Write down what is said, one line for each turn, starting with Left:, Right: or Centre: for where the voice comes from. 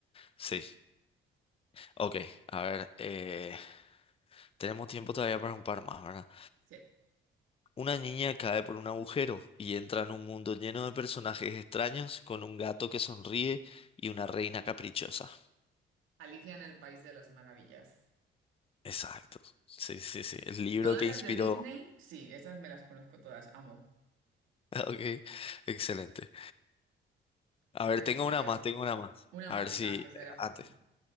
Left: sí, ok, a ver, eh, tenemos tiempo todavía para un par más, ¿verdad?
Right: Sí.
Left: Una niña cae por un agujero y entra en un mundo lleno de personajes extraños con un gato que sonríe y una reina caprichosa.
Right: Alicia en el País de las Maravillas.
Left: Exacto, sí, sí, sí, el libro
Right: Todas
Left: que
Right: las
Left: inspiró.
Right: de Disney,
Left: <laughs>
Right: sí, esas me las conozco todas, amo.
Left: Ok, excelente. A
Right: A
Left: ver,
Right: ver,
Left: tengo
Right: te
Left: una
Right: leo.
Left: más, tengo una más.
Right: Una
Left: A
Right: más,
Left: ver
Right: venga,
Left: si eh,
Right: que esa era fácil.
Left: antes.